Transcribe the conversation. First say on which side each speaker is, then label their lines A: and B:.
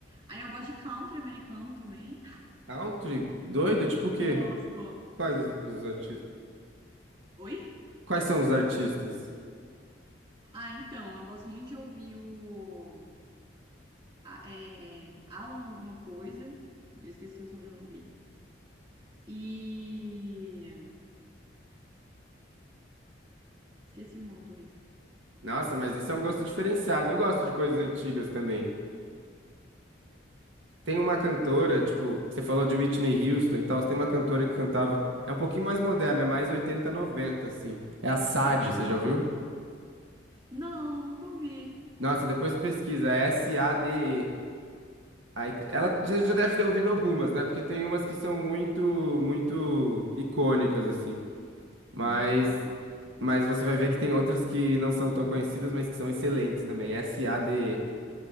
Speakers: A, on the right; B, on the right.
A: Aí eu gosto de country americano também.
B: Country? Doido? Tipo o quê?
A: <laughs> Gosto.
B: Quais os, os artistas?
A: Oi?
B: Quais são os artistas?
A: Ah, então, eu gosto muito de ouvir o a- é, Alan alguma coisa. Eu esqueci o sobrenome dele. E esqueci o nome também.
B: Nossa, mas esse é um gosto diferenciado. Eu gosto de coisas antigas também. Tem uma cantora, tipo, você falou de Whitney Houston e tal, tem uma cantora que cantava, é um pouquinho mais moderna, é mais 80 90 assim. É a Sade, você
A: Aham.
B: já ouviu?
A: Não, nunca ouvi.
B: Nossa, depois pesquisa, é S-A-D-E. Aí, te- ela já, já deve ter ouvido algumas, né? Porque tem umas que são muito, muito icônicas, assim. Mas,
A: Aham.
B: mas você vai ver que tem outras que não são tão conhecidas, mas que são excelentes também. S-A-D-E.